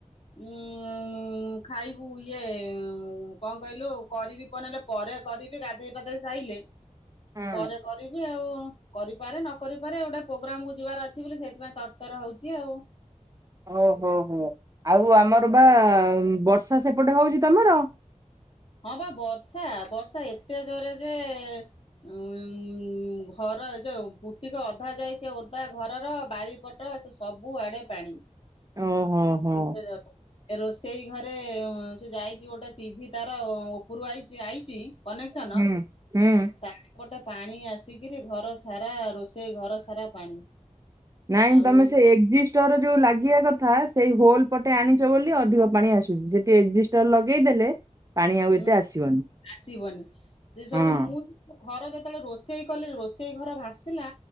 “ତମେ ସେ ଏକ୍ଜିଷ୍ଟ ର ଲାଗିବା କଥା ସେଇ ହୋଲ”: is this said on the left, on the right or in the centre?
Right